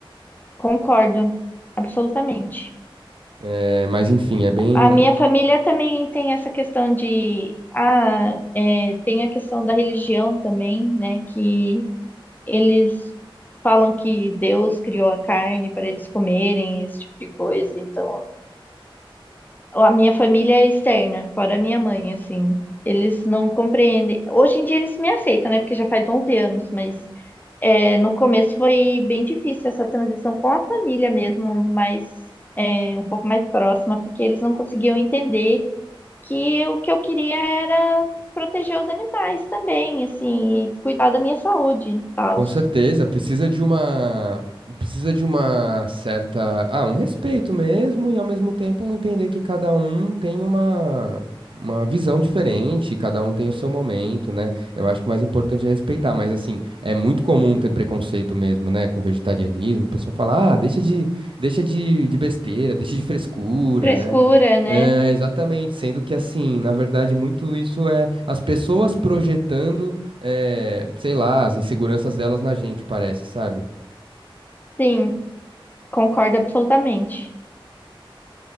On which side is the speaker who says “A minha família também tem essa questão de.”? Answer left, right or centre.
Left